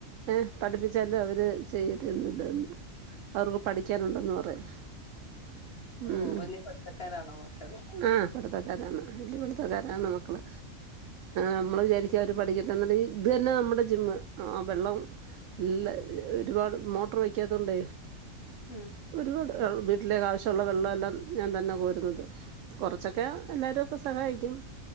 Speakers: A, on the right; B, on the left.
A: ഏഹ് പഠിപ്പിച്ചാലു അവര് ചെയ്യതൊന്നുല്ലാന്ന് അവർക്ക് പഠിക്കാനുണ്ടെന്ന് പറയും.
B: ഓഹ്
A: ഉം
B: വല്ല്യ പഠിത്തക്കാരാണോ മക്കള്
A: ആഹ് പഠിത്തക്കാരാണ് വെല്ല്യ പഠിത്തക്കാരാണ് മക്കള് നമ്മള് വിചാരിക്കു പഠിക്ക എന്നിട്ട് ഇത് തന്നെ നമ്മുടെ ജിമ്മ്. ആഹ് വെള്ളം എല്ലാ ഒരുപാട് മോട്ടറ് വയ്ക്ക്യാത്തോണ്ടേ
B: ഉം.
A: ഒരുപാട് വീട്ടിലേക്ക് ആവശ്യൊള്ള വെള്ളവെല്ലാം ഞാൻ തന്നെ കോര്ന്നത് കൊറച്ചൊക്കെ എല്ലാരും പ്പ സഹായിക്കും.